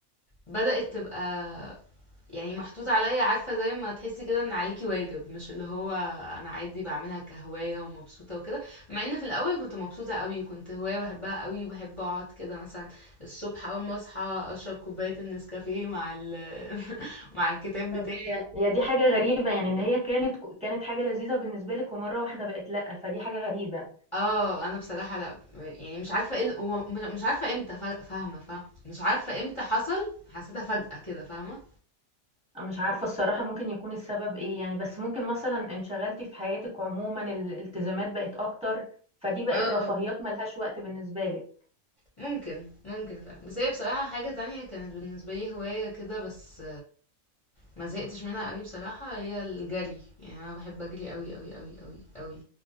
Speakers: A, on the left (about 30°); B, in the centre.
A: بدأت تبقى يعني محطوط عليا عارفة زي ما تحسي كده ان عليكي واجب مش اللي هو انا عادي بعملها كهواية ومبسوطة وكده مع ان في الاول كنت مبسوطة قوي وكنت هواية بحبها قوي وبحب اقعد كده مثلا الصبح اول ما اصحى اشرب كوباية النسكافيه مع ال <laughs> مع الكتاب
B: طب
A: بتاعي
B: هي
A: وكده
B: هي دي حاجه غريبه يعني ان هي كانت كانت حاجه لذيذه بالنسبه لك ومره واحده بقت لا فدي حاجه غريبه
A: اه انا بصراحة لا يعني مش عارفة ايه ال- هو مش مش عارفة امتى فا- فاهمة فاهمة مش عارفة امتى حصل حسيتها فجأة كده فاهمة
B: انا مش عارفه الصراحه ممكن يكون السبب ايه يعني بس ممكن مثلا انشغلتي في حياتك عموما الالتزامات بقت اكتر فدي بقت
A: اه
B: رفاهيات ملهاش وقت بالنسبه لك
A: ممكن ممكن فعلا بس هي بصراحة حاجة تانية كانت بالنسبة لي هواية كده بس ما زهقتش منها قوي بصراحة هي الجري يعني انا بحب اجري قوي قوي قوي قوي قوي